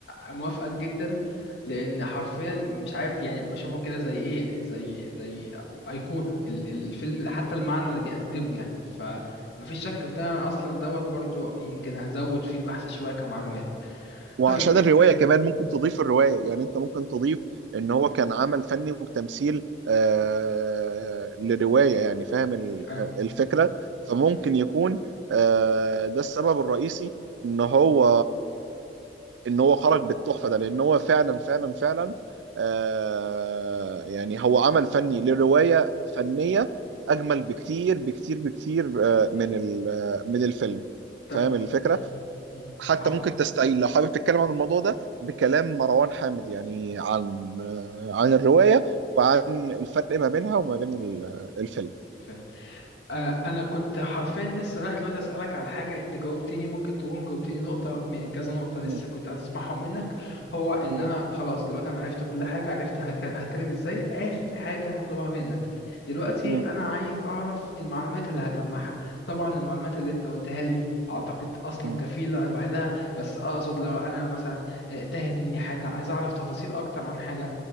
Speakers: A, on the left (about 75°); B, on the right (about 75°).
A: موافقك جدا لان حرفيا مش عارف يعني بشوفه كده زي ايه زي زي ايقونه ال- ال- الفيلم حتى المعنى اللي بيقدمه يعني فمفيش شك في ده انا اصلا دوت برضو يمكن هزود فيه البحث شويه كمعلومات
B: وعشان
A: طيب
B: الرواية
A: امم
B: كمان ممكن تضيف الرواية يعني انت ممكن تضيف ان هو كان عمل فني وتمثيل آه لرواية يعني فاهم ال- آه،
A: اه
B: الفكرة فممكن
A: امم
B: يكون آه ده السبب الرئيسي ان هو ان هو خرج بالتحفة ده لان هو فعلا فعلا فعلا آه يعني هو عمل فني لرواية فنية اجمل بكتير بكتير بكتير آه
A: أمم.
B: من ال- آه، من الفيلم
A: طب
B: فاهم الفكرة
A: امم امم
B: حتى
A: أهو.
B: ممكن تستعيل لو حابب تتكلم عن الموضوع ده بكلام مروان حامد يعني عن آه، عن الرواية وعن الفرق ما بينها وما بين ال- الفيلم
A: آه. آه، انا كنت حرفيا لسه رايح دلوقتي اسالك على حاجه انت جاوبتني ممكن تكون جاوبتني نقطه من كذا نقطه لسه
B: مم.
A: كنت عايز اسمعهم منك هو ان
B: مم.
A: انا خلاص دلوقتي انا عرفت كل حاجه عرفت هك- هتكلم ازاي اخر حاجه هطلبها منك دلوقتي
B: مم.
A: انا عايز اعرف المعلومات اللي هجمعها طبعا المعلومات اللي انت قلتها لي اعتقد اصلا
B: مم.
A: كفيله لوحدها بس اقصد لو انا مثلا آه، تاهت مني حاجه عايز اعرف تفاصيل اكتر عن حاجه